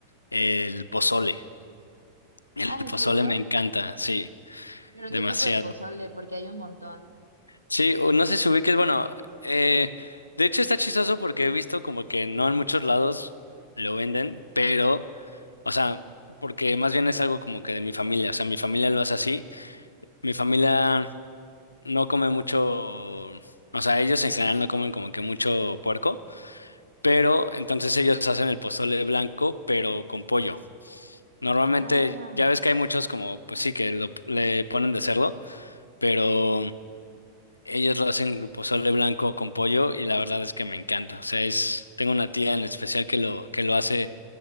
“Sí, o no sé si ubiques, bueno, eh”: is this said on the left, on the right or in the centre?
Left